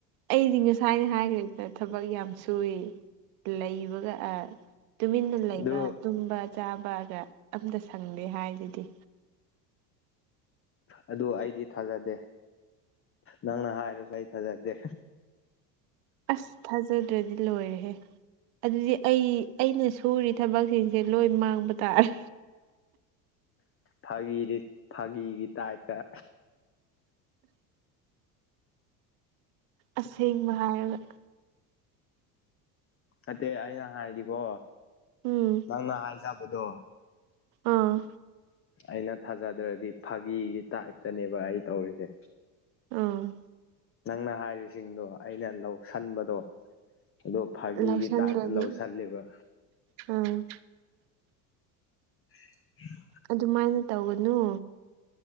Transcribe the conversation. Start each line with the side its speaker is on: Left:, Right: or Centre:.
Right: ꯑꯩꯗꯤ ꯉꯁꯥꯏꯅ ꯍꯥꯏꯈ꯭ꯔꯦꯗ ꯊꯕꯛ ꯌꯥꯝ ꯁꯨꯏ ꯂꯩꯕꯒ ꯑꯥ ꯇꯨꯃꯤꯟꯅ ꯂꯩꯕ
Left: ꯑꯗꯨ
Right: ꯇꯨꯝꯕ ꯆꯥꯕꯒ ꯑꯝꯇ ꯁꯪꯗꯦ ꯍꯥꯏꯗꯨꯗꯤ
Left: ꯑꯗꯨ ꯑꯩꯗꯤ ꯊꯥꯖꯗꯦ ꯅꯪꯅ ꯍꯥꯏꯔꯁꯨ ꯑꯩ ꯊꯥꯖꯗꯦ
Right: ꯑꯁ ꯊꯥꯖꯗ꯭ꯔꯗꯤ ꯂꯣꯏꯔꯦꯍꯦ ꯑꯗꯨꯗꯤ ꯑꯩ ꯑꯩꯅ ꯁꯨꯔꯤ ꯊꯕꯛꯁꯤꯡꯁꯦ ꯂꯣꯏ ꯃꯥꯡꯕ ꯇꯥꯔꯦ
Left: ꯐꯥꯒꯤꯗꯤ ꯐꯥꯒꯤꯒꯤ ꯇꯥꯏꯞꯇ
Right: ꯑꯁꯦꯡꯕ ꯍꯥꯏꯔꯒ
Left: ꯅꯠꯇꯦ ꯑꯩꯅ ꯍꯥꯏꯗꯤꯀꯣ
Right: ꯎꯝ
Left: ꯅꯪꯅ ꯍꯥꯏꯖꯕꯗꯣ
Right: ꯑꯥ
Left: ꯑꯩꯅ ꯊꯥꯖꯗ꯭ꯔꯗꯤ ꯐꯥꯒꯤꯒꯤ ꯇꯥꯏꯞꯇꯅꯦꯕ ꯑꯩ ꯇꯧꯔꯤꯁꯦ
Right: ꯑꯣ
Left: ꯅꯪꯅ ꯍꯥꯏꯔꯤꯁꯤꯡꯗꯣ ꯑꯩꯅ ꯂꯧꯁꯟꯕꯗꯣ ꯑꯗꯣ ꯐꯥꯒꯤꯒꯤ
Right: ꯂꯧꯁꯟꯗ꯭ꯔꯗꯤ
Left: ꯇꯥꯏꯞꯇ ꯂꯧꯁꯜꯂꯦꯕ
Right: ꯎꯝ
Left: <inaudible>
Right: ꯑꯗꯨꯃꯥꯏꯅ ꯇꯧꯒꯅꯨ